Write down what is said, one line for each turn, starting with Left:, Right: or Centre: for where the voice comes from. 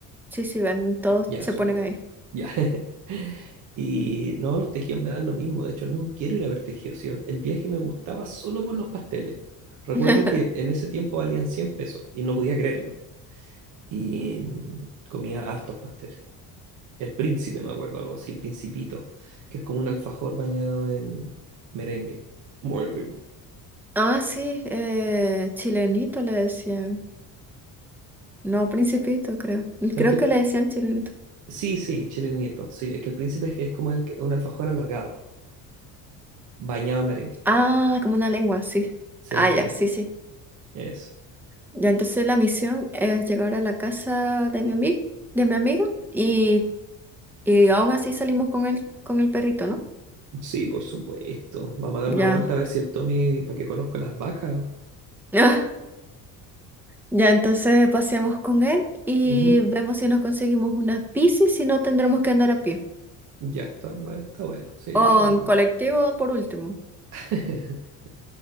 Centre: sí, sí, ven, todos
Right: Ya,
Centre: se
Right: súper.
Centre: ponen ahí.
Right: Ya. <laughs> Y no, los tejidos me dan lo mismo. De hecho, no quiero ir a ver tejidos. sí, el el viaje me gustaba solo por los pasteles. Recuerdo
Centre: <laughs>
Right: que en ese tiempo valían 100 pesos y no podía creerlo. Y mm, comía hartos pasteles. El príncipe, me acuerdo, algo así, principito, que es como un alfajor bañado en merengue. Muy rico.
Centre: Ah, sí, eh, chilenito le decían. No, principito, creo.
Right: Es
Centre: Creo
Right: que
Centre: que le decían chilenito.
Right: Sí, sí, chilenito. Sí, es que el príncipe es, que es como el, que- un alfajor alargado, bañado en merengue.
Centre: Ah, como una lengua, sí.
Right: Sí,
Centre: Ah, ya, sí, sí.
Right: es.
Centre: Ya entonces la misión es llegar a la casa de mi amigo, de mi amiga, y, y aún así salimos con el, con el perrito, ¿no?
Right: Sí, por supuesto. Vamos a dar
Centre: Ya.
Right: una vuelta a ver si el Tommy, para que conozco las vacas.
Centre: Ah, ya, entonces paseamos con él y
Right: Ujú.
Centre: vemos si nos conseguimos una bici, si no tendremos que andar a pie.
Right: Ya está, bu- está bueno. Sí, está
Centre: O
Right: lo mismo.
Centre: en colectivo por último.
Right: <laughs>